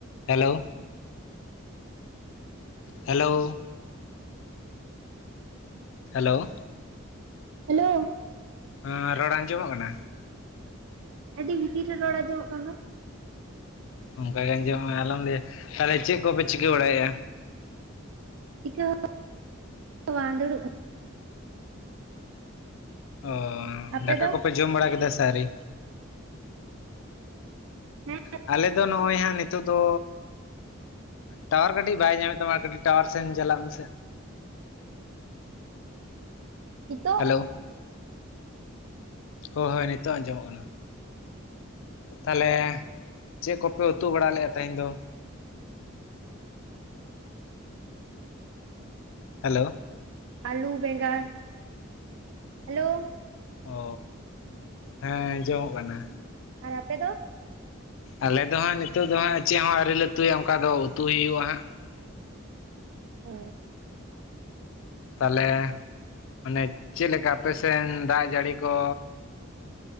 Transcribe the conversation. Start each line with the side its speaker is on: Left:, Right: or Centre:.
Left: Hello hello hello
Right: hello
Left: ᱦᱮᱸ ᱨᱚᱲ ᱟᱸᱡᱚᱢᱚᱜ ᱠᱟᱱᱟ
Right: ᱟᱹᱰᱤ ᱵᱷᱤᱛᱤᱨ ᱨᱮ ᱨᱚᱲ ᱟᱡᱸᱚᱢᱚᱜ ᱠᱟᱱ ᱫᱚ
Left: ᱚᱱᱠᱟ ᱜᱮ ᱟᱸᱡᱚᱢ ᱢᱮ ᱟᱞᱚᱢ ᱞᱟᱹᱭᱟ ᱛᱟᱞᱦᱮ ᱪᱮᱫ ᱠᱚᱯᱮ ᱪᱤᱠᱟᱹ ᱵᱟᱲᱟᱭᱮᱫᱼᱟ?
Right: ᱪᱤᱠᱟᱹ ᱦᱚᱸ ᱵᱟᱝ ᱫᱩᱲᱩᱵ ᱠᱟᱱᱤᱧ
Left: ᱚᱻ
Right: ᱟᱯᱮ
Left: ᱫᱟᱠᱟ
Right: ᱫᱚ
Left: ᱠᱚᱯᱮ ᱡᱚᱢ ᱵᱟᱲᱟ ᱠᱮᱫᱟ ᱥᱮ ᱟᱹᱶᱨᱤ?
Right: ᱦᱮᱸ
Left: ᱟᱞᱮ ᱫᱚ ᱱᱚᱜᱼᱚᱭ ᱦᱟᱸᱜ ᱱᱤᱛᱚᱜ ᱫᱚ ᱴᱟᱣᱟᱨ ᱠᱟᱹᱴᱤᱡ ᱵᱟᱭ ᱧᱟᱢᱮᱫ ᱛᱟᱢᱟ ᱟᱨ ᱠᱟᱹᱴᱤᱡ ᱴᱟᱣᱟᱨ ᱥᱮᱱ ᱪᱟᱞᱟᱜ ᱢᱮᱥᱮ
Right: ᱱᱤᱛᱳᱜ
Left: ᱦᱮᱞᱳ ᱦᱳᱭ ᱦᱳᱭ ᱱᱤᱛᱳᱜ ᱟᱸᱡᱚᱢᱚᱜ ᱠᱟᱱᱟ ᱛᱟᱦᱚᱞᱮ ᱪᱮᱫ ᱠᱚᱯᱮ ᱩᱛᱩ ᱵᱟᱲᱟ ᱞᱮᱫᱼᱟ ᱛᱮᱦᱮᱧ ᱫᱚ? ᱦᱮᱞᱳ
Right: ᱟᱞᱩ ᱵᱮᱸᱜᱟᱲ ᱦᱮᱞᱳ
Left: ᱚ ᱦᱮᱸ ᱟᱸᱡᱚᱢᱚᱜ ᱠᱟᱱᱟ
Right: ᱟᱨ ᱟᱯᱮ ᱫᱚ
Left: ᱟᱞᱮ ᱫᱚ ᱦᱟᱸᱜ ᱱᱤᱛᱚᱜ ᱫᱚ ᱦᱟᱸᱜ ᱪᱮᱫ ᱦᱚᱸ ᱟᱹᱣᱨᱤ ᱞᱮ ᱩᱛᱩᱭᱟ ᱚᱱᱠᱟ ᱫᱚ ᱩᱛᱩ ᱦᱩᱭᱩᱜᱼᱟ ᱦᱟᱸᱜ
Right: ᱚ
Left: ᱛᱟᱞᱦᱮ ᱢᱟᱱᱮ ᱪᱮᱫ ᱞᱮᱠᱟ ᱟᱯᱮ ᱥᱮᱫ ᱫᱟᱜ ᱡᱟᱹᱲᱤ ᱠᱚ?